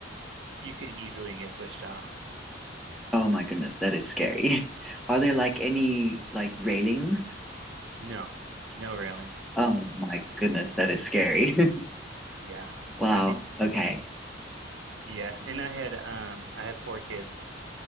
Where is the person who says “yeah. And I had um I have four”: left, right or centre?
Right